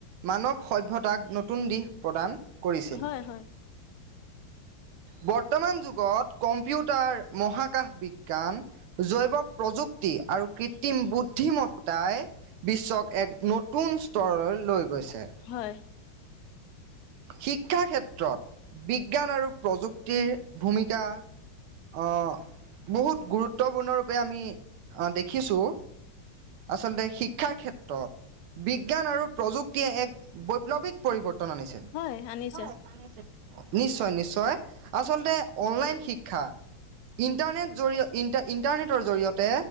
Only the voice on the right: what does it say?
মানৱ সভ্যতাক নতুন দিশ প্ৰদান কৰিছিল।
বৰ্তমান যুগত কম্পিউটাৰ, মহাকাশ বিজ্ঞান জৈৱ প্ৰযুক্তি আৰু কৃত্ৰিম বুদ্ধিমত্তাই বিশ্বক এক নতুন স্তৰলৈ লৈ গৈছে।
শিক্ষা ক্ষেত্ৰত বিজ্ঞান আৰু প্ৰযুক্তিৰ ভূমিকা অ, বহুত গুৰুত্বপূৰ্ণৰূপে আমি দেখিছো। আচলতে শিক্ষাৰ ক্ষেত্ৰত বিজ্ঞান আৰু প্ৰযুক্তিয়ে এক বৈপ্লৱিক পৰিৱৰ্তন আনিছে।
হয়, আনিছে। নিশ্চয়, নিশ্চয়। আচলতে অনলাইন শিক্ষা ইণ্টাৰনেট জৰি ইন, ইন্টাৰনেটৰ জৰিয়তে